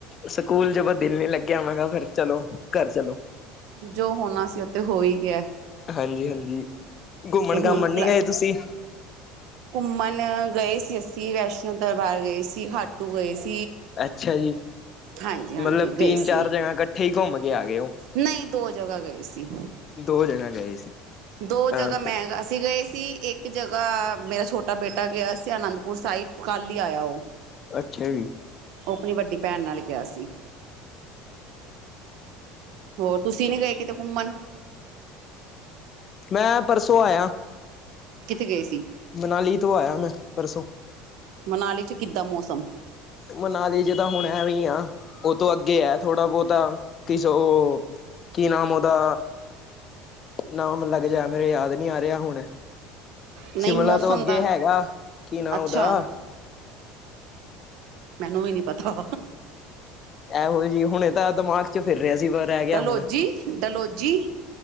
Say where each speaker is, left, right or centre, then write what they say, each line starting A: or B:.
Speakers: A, on the left; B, on the right.
A: ਸਕੂਲ ਜ ਬ ਦਿਲ ਨੀ ਲੱਗਿਆ ਮੈਂ ਕਿਹਾ ਫਿਰ ਚਲੋ। ਘਰ ਚਲੋ
B: ਜੋ ਹੋਣਾ ਸੀ ਉਹ ਤੇ ਹੋ ਹੀ ਗਿਆ
A: ਹਾਂਜੀ- ਹਾਂਜੀ ਘੁੰਮਣ
B: ਤੇ ਹੁਣ
A: ਘਾਮਣ ਨੀ
B: ਪਲਾ
A: ਗਏ ਤੁਸੀਂ
B: ਘੁੰਮਣ ਗਏ ਸੀ ਅਸੀਂ ਵੈਸ਼ਨੋ ਦਰਬਾਰ ਗਏ ਸੀ ਖਾਟੂ ਗਏ ਸੀ।
A: ਅੱਛਾ ਜੀ
B: ਹਾਂਜੀ-ਹਾਂਜੀ
A: ਮਤਲਬ
B: ਗਏ
A: ਤਿੰਨ
B: ਸੀ
A: ਚਾਰ ਜਗਾ ਇਕੱਠੇ ਹੀ ਘੁੰਮ ਕੇ ਆ ਗਏ ਉਹ
B: ਨਹੀਂ ਦੋ ਜਗ੍ਹਾ ਗਏ ਸੀ।
A: ਦੋ ਦਿਨ ਗਏ ਸੀ।
B: ਦੋ ਜਗ੍ਹਾ
A: ਅ
B: ਮੈਂ ਗਾ ਅਸੀਂ ਗਏ ਸੀ ਇੱਕ ਇੱਕ ਜਗ੍ਹਾ ਮੇਰਾ ਛੋਟਾ ਬੇਟਾ ਗਿਆ ਸੀ ਅਨੰਦਪੁਰ ਸਾਹਿਬ ਕੱਲ ਹੀ ਆਇਆ ਉਹ
A: ਅੱਛੇ ਵੀ
B: ਉਹ ਆਪਣੀ ਵੱਡੀ ਭੈਣ ਨਾਲ ਗਿਆ ਸੀ। ਹੋਰ ਤੁਸੀਂ ਨੀ ਗਏ ਕਿਤੇ ਘੁੰਮਣ
A: ਮੈਂ ਪਰਸੋਂ ਆਇਆ।
B: ਕਿੱਥੇ ਗਏ ਸੀ।
A: ਮਨਾਲੀ ਤੋਂ ਆਇਆ ਮੈਂ ਪਰਸੋਂ
B: ਮਨਾਲੀ 'ਚ ਕਿੱਦਾਂ ਮੌਸਮ
A: ਮਨਾਲੀ ਜਦ ਹੁਣ ਐਂ ਵੀਂ ਆ ਉਹ ਤੋਂ ਅੱਗੇ ਹੈ ਥੋੜਾ ਬਹੁਤਾ ਕਿਸ ਉਹ ਕੀ ਨਾਮ ਉਹਦਾ ਨਾਮ ਲੱਗ ਜਾਇ ਮੇਰੇ ਯਾਦ ਨਹੀਂ ਆ ਰਿਹਾ ਹੁਣ
B: ਨਹੀਂ
A: ਸ਼ਿਮਲਾ
B: ਮੌਸਮ
A: ਤੋਂ ਅੱਗੇ
B: ਦਾ
A: ਹੈਗਾ ਕੀ ਨ ਉਹਦਾ
B: ਅੱਛਾ ਮੈਨੂੰ ਵੀ ਨੀ ਪਤਾ।
A: ਇਹੋ ਜਿਹੀ ਹੁਣੇ ਤਾਂ ਦਿਮਾਗ ਚ ਫਿਰ ਰਿਹਾ ਸੀ ਪਰ ਰਹਿ ਗਿਆ
B: ਡਲਹੋਜੀ-ਡਲਹੋਜੀ
A: ਹੁਣ